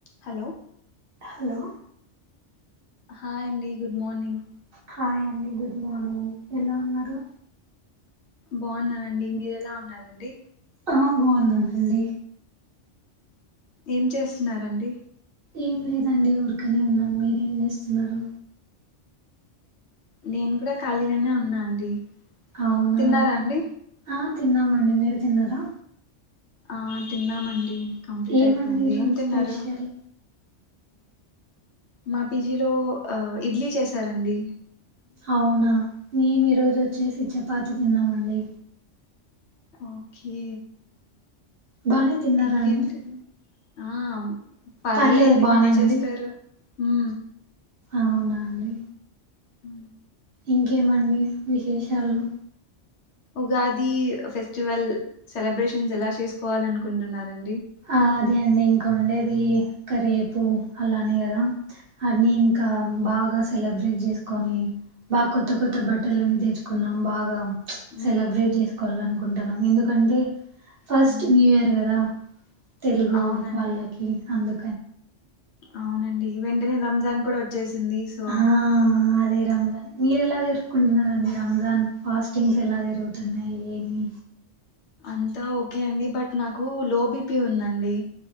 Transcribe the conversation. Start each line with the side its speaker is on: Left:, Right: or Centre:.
Left: Hello
Right: hello
Left: hi అండి good morning
Right: hi అండి good morning ఎలా ఉన్నారు
Left: బావున్ననండి మీర ఎలా ఉన్నారు అండి
Right: ఆ బాగున్నానుండి
Left: ఏం చేస్తున్నారండి
Right: ఏం లేదండి ఊరకనే ఉన్నా మీరేం చేస్తున్నారు
Left: నేను కూడా ఖాళీగానే ఉన్నా అండి
Right: అవునా
Left: తిన్నారా అండి
Right: ఆ తిన్నామండి మీరు తిన్నారా
Left: ఆ తిన్నామండి కంప్లీట్
Right: ఏమండి
Left: అయిపోయింది
Right: ఈరోజు
Left: ఏం తిన్నారు
Right: స్పెషల్
Left: మా పీజీలో ఇడ్లీ చేసారండి
Right: అవునా మేము ఈరోజు వచ్చేసి చపాతి తిన్నామండి
Left: ఓకే
Right: బానే తిన్నారా
Left: ఇంకేంటి
Right: అండి
Left: ఆ పర్లేదండి
Right: పర్లేదు బానే
Left: బాగ చేస్తారు
Right: ఉంది
Left: ఉ
Right: అవునా అండి
Left: ఉ
Right: ఇంకేమండి విశేషాలు
Left: ఉగాది ఫెస్టివల్ సెలబ్రేషన్స్ ఎలా చేసుకోవాల అనుకుంటున్నారండి
Right: ఆ అదే అండి ఇంకా ఉండేది ఇంకా రేపు అలానే కదా అని ఇంకా బాగా సెలబ్రేట్ చేసుకొని బాగా కొత్త కొత్త
Left: ఉమ్
Right: బట్టర్లన్నీ తెచ్చుకో పున్నాం భాగం
Left: ఉమ్
Right: సెలబ్రేట్ చేసుకోవాలిన్ కుంటనం ఎందుకంటే ఫస్ట్
Left: ఉమ్
Right: న్యూ ఇయర్ కదా తెలుగు
Left: అవునండి
Right: వాళ్ళకి అందు
Left: అవునండి వెంటనే రంజాన్ కూడా వచ్చేసింది సో
Right: ఆ! అదే రంజాన్ మీరు ఎలా జరుపుకుంటున్నండి రంజాన్ ఫాస్టింగ్స్ ఎలా జరుగుతున్నాయి ఏమి
Left: అంతా ఓకే అండి బట్ నాకు లోబిపీ ఉందండి